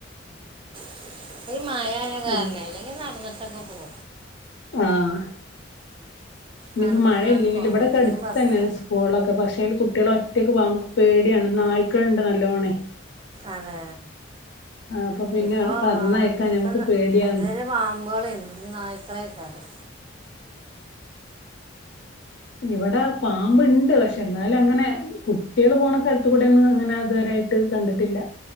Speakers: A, on the right (about 25°); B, on the left (about 60°).
A: <unintelligible> മഴായേ കാരണെ
B: ആഹ്
A: അല്ലെങ്കി നടന്ന്ട്ടൊക <unintelligible>
B: ആഹ് ഇനിയിപ്പൊ
A: നടന്നുകാണ്ട്
B: മഴയില്ലെങ്കിലും
A: പോകണം
B: ഇബടെക്കെ
A: അല്ലെങ്കിൽ
B: അട്ത്തെന്നെണ്
A: ബസ്
B: സ്ക്കൂളൊക്കെ പക്ഷെ അയ്ല് കു ട്ട്യള് ഒറ്റക്ക് പോവാൻ പേട്യാണ് നായ്ക്കള്ണ്ട് നല്ലോണെ
A: അതെ
B: അപ്പൊ പിന്നെ
A: ഇപ്പൊ
B: പറഞ്ഞയക്കാൻ
A: ആഹ് ഇപ്പം
B: ഞമ്മക്ക് പേടിയാണ്
A: അതെരെ പാമ്പ്കളെയ്ന്നു ഇഞ് നായ്ക്കളെ യ്‌ക്കാരം
B: ഇവടെ പാമ്പ്ണ്ട് പക്ഷെ എന്നാലങ്ങനെ കുട്ട്യേള് പോണ സ്ഥലത്ത് കൂടെ ഒന്നും അങ്ങനെ ഇതുവരെ യായിട്ട് കണ്ടിട്ടില്ല.